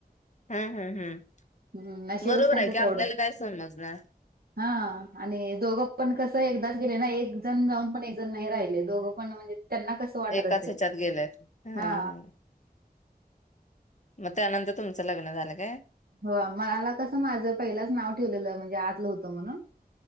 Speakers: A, on the left; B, on the right.
A: हम् हम हम्
B: हम्म, नशीबच
A: बरोबर
B: त्यांचं
A: आहे की
B: तेवढं
A: आपल्याला काय समजणार?
B: हा आणि दोघं पण कस एकदाच गेले ना एक जण जाऊन पण एक जण नाही राहिले दोघं पण म्हणजे त्यांना कसं वाटत
A: एकाच
B: असेल?
A: ह्याच्यात गेलेत. हां.
B: हा
A: मग त्यानंतर तुमचं लग्न झालं काय?
B: हो मला कसं माझ पहिलाच नाव ठेवलेलं म्हणजे आतलं होतं म्हणून